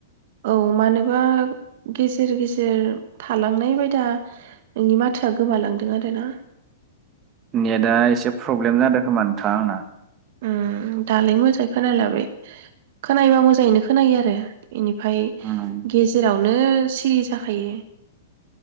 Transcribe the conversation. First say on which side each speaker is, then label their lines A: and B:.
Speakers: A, on the right; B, on the right.
A: औ मानो माबा गेजेर गेजेर थालांनाय बायदा नोंनि माथोआ गोमालांदों आरोना।
B: नेटआ एसे प्रब्लेम जादों खोमा नोंथां आंना।
A: उम दालाय मोजां खोनालायबाय। खोनायोबा मोजाङैनो खोनायो आरो। बेनिफ्राय
B: उम
A: गेजेरावनो सिरि जाखायो।